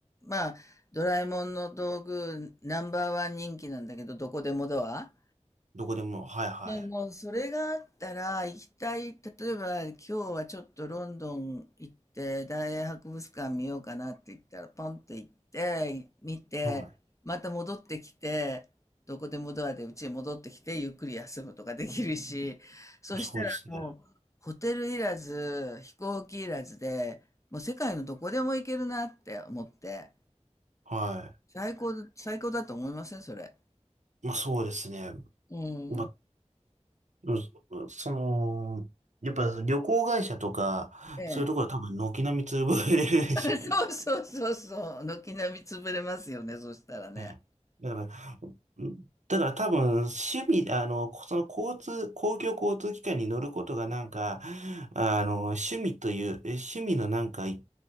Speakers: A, on the left; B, on the right.
A: まあ、ドラえもんの道具ナンバーワン人気なんだけど、どこでもドア。
B: どこでも、はいは
A: でもうそれがあったら行きたい、例えば今日はちょっとロンドン行って大英博物館見ようかなって言ったらポンって行って見てまた戻ってきてどこでもドアでうちへ戻ってきてゆっくり休むとかできるしそしたらもうホテルいらず飛行機いらずでもう世界のどこでも行けるなって思って
B: い。はい。そうですね。は
A: 最高、最高だと思いませんそれ。
B: い。まあそうですね。
A: うん。
B: まあ、うんその、やっぱ旅行会社とか、
A: ええ
B: そういうところは多分軒並み潰れるでしょうね。
A: <laughs> そうそうそうそう。軒並み潰れますよね、そしたらね。
B: うんだから、うんだから多分趣味、あの、その交通、公共交通機関に乗ることがなんか、あの、趣味という、え趣味のなんか一